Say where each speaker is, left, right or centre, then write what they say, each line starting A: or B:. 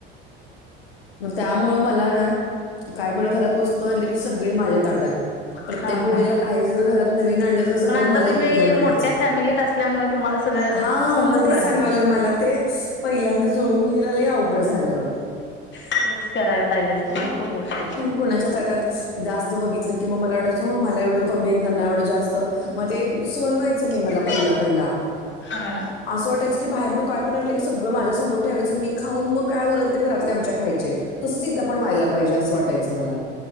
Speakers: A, on the left; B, on the left.
A: मग त्यामुळं मला ना काय पण घरात वस्तू आणली की, सगळी माझ्या ताटात प्रत्येक
B: हा
A: वेळेला
B: हा
A: काही जर घरात नवीन आण सगळ
B: पण आता
A: मला
B: तुम्ही
A: एकटीला मिळायच,
B: मोठ्या फॅमिलीत असल्यामुळे तुम्हाला सगळं
A: हा
B: समजतलं
A: मग तेच
B: असेल.
A: सांगालोय मला तेच पहिल्यांदा जुळवून घेन लंयअवघड झालं.
B: खुश करायला लागले असते ना खूप गोष्टी.
A: कोणाच्या ताटात जास्त बघितलं की मग, मला वाटायचं मला एवढं कमी त्यांना एवढं जास्त मध्ये सन व्हायचं नाही मला
B: हा
A: पहिला
B: ना
A: पहिला.
B: हा
A: असं वाटायं की बाहेरनं काय पण आणलंकी सगळ माझ्या समोर ठेवायं मी खाऊन मग, काय उरल ते घरातल्या आमच्या खायचे, तसेच इथ पण होयाला पाहिजे असं वाटायचं मला,